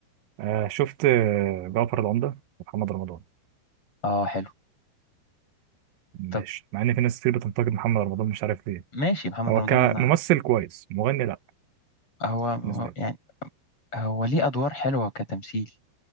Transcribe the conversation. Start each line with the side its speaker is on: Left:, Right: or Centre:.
Right: آه شفت آه، جعفر العمدة ومحمد رمضان
Left: اه حلو
Right: ماشي
Left: طب
Right: مع إن في ناس كتير بتنتقد محمد رمضان مش عارف ليه
Left: ماشي محمد
Right: هو
Left: رمضان
Right: كممثل
Left: انا
Right: كويس مغني لأ
Left: هو هو-
Right: بالنسبة لي
Left: يعني هو ليه ادوار حلوة كتمثيل